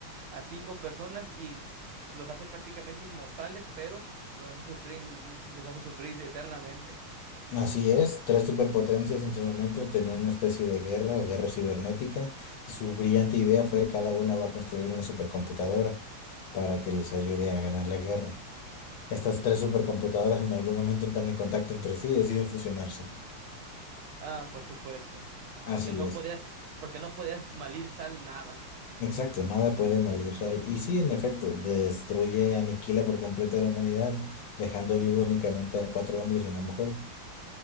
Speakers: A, on the right (about 75°); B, on the left (about 75°).
A: A cinco personas y los hace prácticamente inmortales, pero los hace sufrir, los hace sufrir eternamente.
B: Así es, tres superpotencias en su momento tenían una especie de guerra o guerra cibernética y su brillante idea fue que cada una va a construir una supercomputadora para que les ayude a ganar la guerra. Estas tres supercomputadoras en algún momento entran en contacto entre sí y deciden fusionarse.
A: Ah, por supuesto,
B: Así
A: porque no
B: es.
A: podías, porque no podías malir sal nada.
B: Exacto, nada puede mal Israel. Y sí, en efecto, destruye, aniquila por completo a la humanidad, dejando vivo únicamente a cuatro hombres y una mujer.